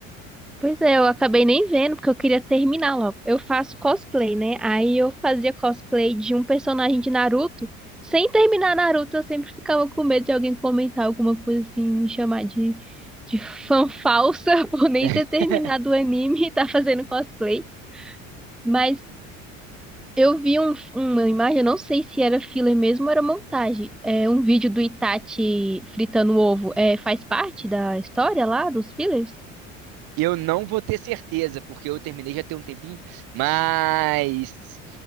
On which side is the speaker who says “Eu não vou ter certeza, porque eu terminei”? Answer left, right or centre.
Right